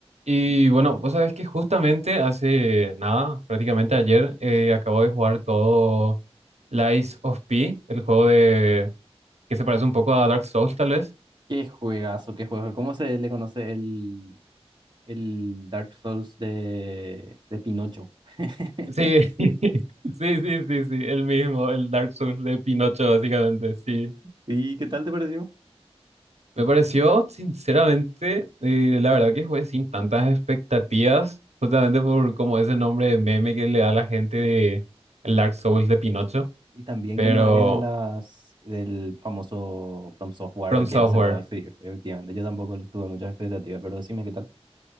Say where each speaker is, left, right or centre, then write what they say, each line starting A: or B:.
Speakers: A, on the right (about 90°); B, on the right (about 45°).
A: Y bueno, vos sabés que justamente hace nada, prácticamente ayer, eh, acabo de jugar todo Lies of P, el juego de que se parece un poco a Dark Souls, tal vez.
B: Qué juegazo, qué juego. ¿Cómo se le conoce el, el Dark Souls de, de Pinocho? <laughs>
A: Sí, <laughs> sí, sí, sí, sí, el mismo, el Dark Souls de Pinocho, básicamente, sí.
B: ¿Y qué tal te pareció?
A: Me pareció, sinceramente, eh, la verdad que jugué sin tantas expectativas, justamente por como ese nombre de meme que le da la gente de el Dark Souls de Pinocho,
B: Y también
A: pero
B: que no es de las del famoso From Software
A: From Software.
B: que hace todo. Sí, efectivamente. Yo tampoco tuve muchas expectativas, pero decime qué tal.